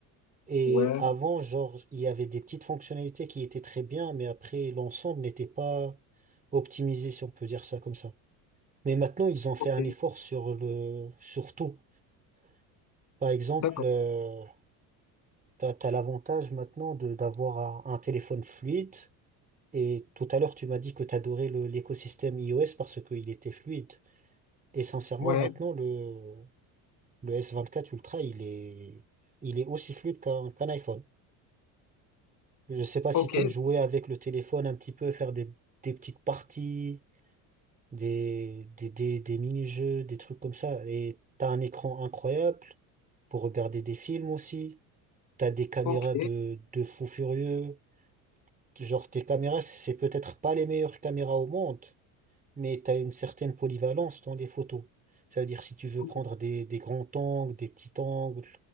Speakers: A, on the right; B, on the left.
A: Et
B: Ouais,
A: avant, genre, il y avait des petites fonctionnalités qui étaient très bien, mais après, l'ensemble n'était pas optimisé, si on peut dire ça comme ça. Mais maintenant, ils ont fait
B: ok,
A: un effort sur le, sur tout. Par exemple,
B: d'accord.
A: euh, t'as, t'as l'avantage maintenant de d'avoir un, un téléphone fluide. Et tout à l'heure, tu m'as dit que t'adorais le, l'écosystème iOS parce qu'il était fluide. Et sincèrement,
B: Ouais,
A: maintenant, le, le S24 Ultra, il est, il est aussi fluide qu'un qu'un iPhone. Je sais pas si
B: ok,
A: t'aimes jouer avec le téléphone un petit peu, faire des, des petites parties, des, des, des, des mini-jeux, des trucs comme ça. Et t'as un écran incroyable pour regarder des films aussi. T'as des caméras
B: ok,
A: de, de fou furieux. Genre, tes caméras, c'est peut-être pas les meilleures caméras au monde, mais tu as une certaine polyvalence dans les photos. Ça veut dire si tu veux
B: ok.
A: prendre des, des grands angles, des petits angles,